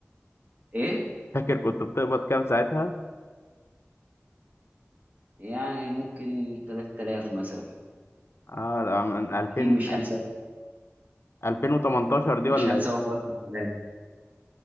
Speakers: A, on the right; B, on the left.
A: إيه
B: فاكر كنت بتقبض كام ساعتها؟
A: يعني ممكن 3000 مثلا
B: اه ده من 2000
A: أكيد مش هنسى
B: 2018 دي
A: مش
B: ولا
A: هنسى
B: ايه؟
A: أول مرة كنت هناك.